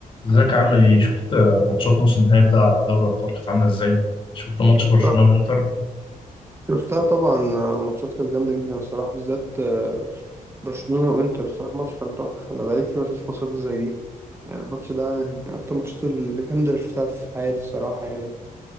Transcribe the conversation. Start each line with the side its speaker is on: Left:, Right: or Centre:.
Left: ازيك عامل ايه؟ شفت ماتشات نص النهائي بتاع دوري الابطال كانت عامله ازاي؟ شفت ماتش
Right: شفتها
Left: برشلونه والانتر؟
Right: شفتها طبعا الماتشات كانت جامدة جدا الصراحة بالذات آه، برشلونة وانتر الصراحة ماتش كان تحفة أنا بقالي كتير مشفتش ماتشات زي دي يعني الماتش ده من أكتر الماتشات الجامدة اللي شفتها في حياتي الصراحة يعني